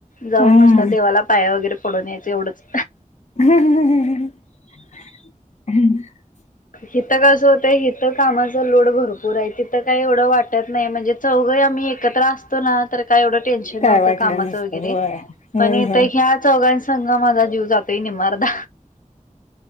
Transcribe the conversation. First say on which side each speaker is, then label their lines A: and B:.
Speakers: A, on the left; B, on the left.
A: जाऊ
B: हा
A: नुसत देवाला पाया वगैरे पडून यायचं एवढंच.
B: <inaudible>
A: इिथं कसं होतंय हिथं कामाच लोड भरपूर आहे तिथं काही एवढं वाटत नाही म्हणजे चौघही आम्ही एकत्र असतो ना तर काय एवढं टेन्शन
B: काय
A: नव्हत
B: वाटलं
A: कामाचं
B: नसतं
A: वगैरे
B: होय होय
A: पण इथ
B: होय.
A: या चौघांच वगैरे संग माझा जीव जातोय नि आर्ध